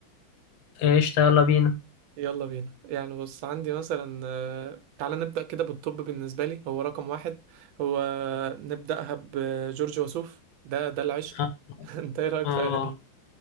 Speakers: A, on the left (about 80°); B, on the right (about 85°).
A: ايش يلا بينا
B: يلا بينا يعني بص عندي مثلا آه، تعالى نبدأ كده بالطب بالنسبة لي هو رقم واحد هو نبدأها بجورج وسوف ده ده العشق
A: اه
B: <laughs> انت ايه رأيك
A: اه
B: في أغانيه